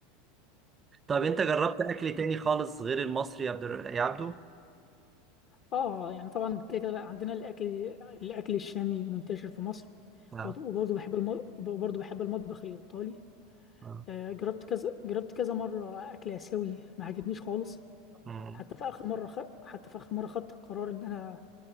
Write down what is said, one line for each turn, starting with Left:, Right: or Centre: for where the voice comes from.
Right: طب انت جربت اكل تاني خالص غير المصري يا عبد الر- يا عبدو
Left: اه يعني طبعا كده كده عندنا الاكل الاكل الشامي منتشر في مصر
Right: اه
Left: وط- وبرضه بحب الم... وبرضه بحب المطبخ الايطالي
Right: اه
Left: آه، جربت كذا جربت كذا مره اكل اسيوي ما عجبنيش خالص
Right: آه.
Left: حتى في اخر مره خ... حتى في اخر مره خدت القرار ان انا